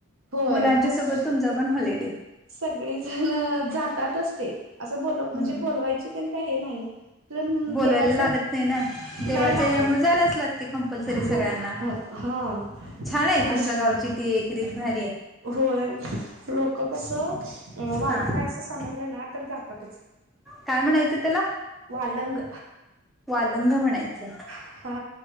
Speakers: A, on the right; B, in the centre.
A: होय
B: मुलांच्या
A: मस्त
B: सोबत तुमचा पण हॉलिडे
A: सगळीजण... जातातच असते. असं ब म्हणजे
B: हम्म
A: बोलवायचे त्यां का हे नाही... आप
B: बोलवायला
A: देवाच
B: लागत नाही ना देवाच्या
A: नाही लागत
B: याच्यामुळे जायलाच लागते कंपल्सरी सगळ्यांना
A: हो... हा....
B: छान आहे. तुमच्या
A: असं
B: गावची ती एकरीत भा..
A: होय लोक कसं वालंगाय
B: हा
A: असं समजलं ना तर जातातच....
B: काय म्हणायचं त्याला?
A: वालंग
B: वालंग म्हणायचं
A: हा